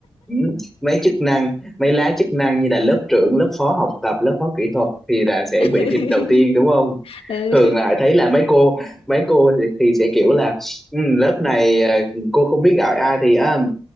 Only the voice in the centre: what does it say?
ừ. mấy chức năng mấy lá chức năng như
là lớp trưởng lớp phó học tập lớp phó kỹ thuật thì là sẽ
bị thịt đầu tiên đúng không
thường là Hải thấy là mấy cô mấy cô thì, thì sẽ kiểu là "Ừ, lớp này ờ, cô không biết gọi ai thì à,